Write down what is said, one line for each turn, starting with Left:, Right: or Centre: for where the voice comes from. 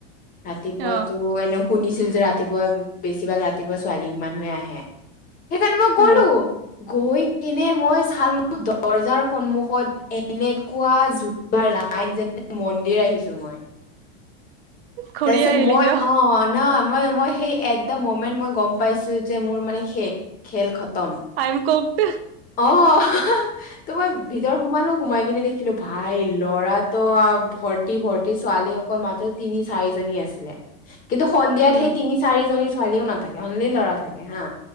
Left: ৰাতিপুৱাতো
Right: অ
Left: এনে শুনি- ছিল যে, ৰাতিপুৱা বেছিভাগ, ৰাতিপুৱা ছোৱালী মানুহে আহে। সেইকাৰণে মই গলোঁ।
Right: অ
Left: গৈ কিনে মই চালোঁ- <unintelligible> দৰ্জাৰ সন্মুখত এনেকুৱা জুতাৰ লাইন যেনে মন্দিৰ আহিছোঁ মই।
Right: ঘূৰি
Left: তাৰপিছত
Right: আহিলি
Left: মই,
Right: কিয়
Left: অহ না- মই মই, সেই এট দ্য মমেন্ট মই গম পাইছোঁ যে মোৰ মানে- শেষ। খেল খতম।
Right: আই এম কুকড
Left: অহ হ হ। হ হ। তো মই ভিতৰত সোমালোঁ। সোমাই কিনে দেখিলোঁ, ভাই ল'ৰা- তো ভৰ্তি ভৰ্তি ছোৱালী অকল মাতে- তিনি চাৰিজনী আছিলে। কিন্তু সন্ধিয়াত
Right: উম
Left: সেই তিনি চাৰিজনী- ছোৱালীও নাথাকে। অনলি ল'ৰা থাকে। হা।